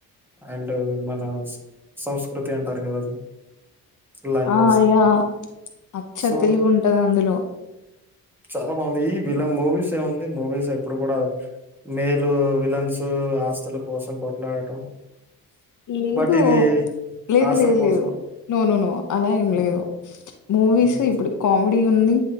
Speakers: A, in the centre; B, on the left.
A: అండ్ మన సంస్కృతి అంటారు కదా అది లాంగ్వేజ్
B: ఆ
A: కానీ
B: యా అచ్చ
A: సో
B: తెలుగు ఉంటది అందులో
A: చాలా బాగుంది ఈ విలన్ మూవీస్ ఏముంది మూవీస్ ఎప్పుడు కూడా మేలు విలన్స్ ఆస్తుల కోసం కొట్లాడటం
B: లేదు
A: బట్ ఇది
B: లేదు
A: ఆస్తుల
B: లేదు
A: కోసం
B: లేదు నో నో నో అలా ఏం లేదు
A: ఉమ్,
B: మూవీస్
A: ఉమ్,
B: ఇప్పుడు కామెడీ ఉంది